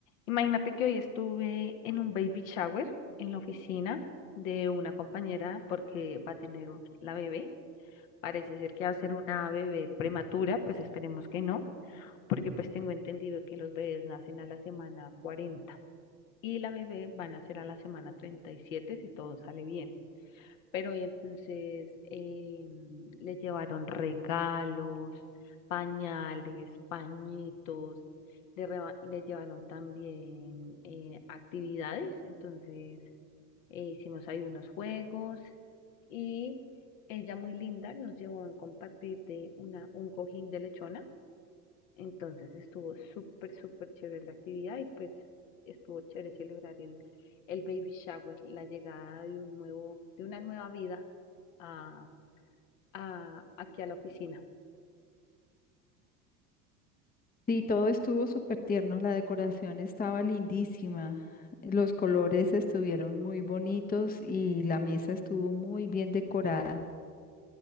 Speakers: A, on the left; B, on the left.
A: Imagínate que hoy estuve en un baby shower en la oficina de una compañera porque va a tener un- la bebé. Parece ser que va a ser una bebé prematura, pues esperemos que no, porque pues tengo entendido que los bebés nacen a la semana 40 y la bebé van a ser a la semana 37 si todo sale bien. Pero y entonces em, le llevaron regalos, pañales, pañitos, le, reba- le llevaron también eh, actividades, entonces eh, hicimos ahí unos juegos y ella muy linda nos llevó a compartir de una, un cojín de lechona, entonces estuvo súper, súper chévere la actividad y pues estuvo chévere celebrar el, el baby shower, la llegada de un nuevo, de una nueva vida a, a- aquí a la oficina.
B: Sí, todo estuvo súper tierno, la decoración estaba lindísima, los colores estuvieron muy bonitos y la mesa estuvo muy bien decorada.